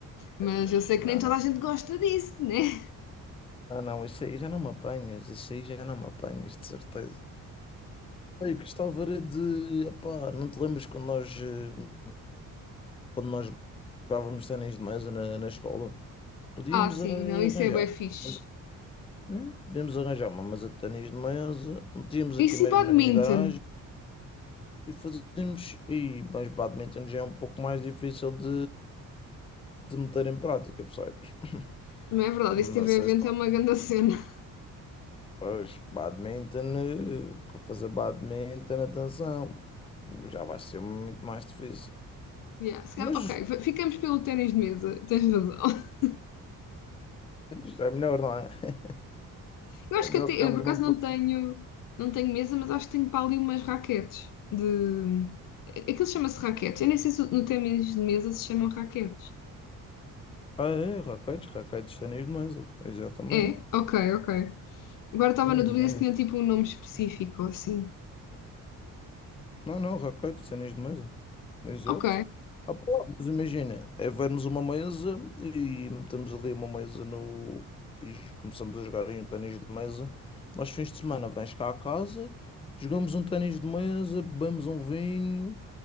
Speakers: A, on the left; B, on the left.
A: Mas
B: tens.
A: eu sei que
B: Não,
A: nem toda
B: não.
A: a gente gosta disso, né?
B: Não, não, isso aí já não me apanhas, isso aí já não me apanhas, de certeza. Olha, Cristal de opá, não te lembras quando nós, eh, quando nós jogávamos ténis de mesa na, na escola? Podíamos
A: Ah, sim,
B: era
A: não, isso
B: arranjar,
A: é bué fixe.
B: mas, eh, podíamos arranjar uma mesa de ténis de mesa, metíamos
A: Isso
B: aqui mesmo
A: e badminton.
B: na minha garagem e fazíamos, e, mas badminton já é um pouco mais difícil de, de meter em prática, percebes? <laughs>
A: Não é verdade,
B: Não
A: esse TV
B: sei
A: evento
B: se
A: é uma grande cena. <laughs>
B: Pois, badminton, eh, para fazer badminton, atenção, já vai ser muito mais difícil.
A: Yeah, se calhar-
B: Mas
A: ok, f- ficamos pelo ténis de mesa, tens razão. <laughs>
B: isto é melhor, não é? <laughs>
A: Eu
B: É
A: acho
B: melhor
A: que até,
B: ficarmos
A: eu por acaso
B: mesmo
A: não
B: por.
A: tenho, não tenho mesa, mas acho que tenho para ali umas raquetes de... é, Aquilo chama-se raquetes. Eu nem sei se no ténis de mesa se chamam raquetes.
B: Ah, é, raquetes, raquetes, de ténis de mesa, exatamente.
A: É? Ok, ok. Agora estava
B: Mas,
A: na dúvida
B: é.
A: se tinha tipo um nome específico assim.
B: Não, não, raquete, cenas de mesa. Exato.
A: Ok,
B: Ah, pô, mas imagina, é vermos uma mesa e metemos ali uma mesa no. e começamos a jogar aí um ténis de mesa. Nós, fins de semana, vens cá à casa, jogamos um ténis de mesa, bebemos um vinho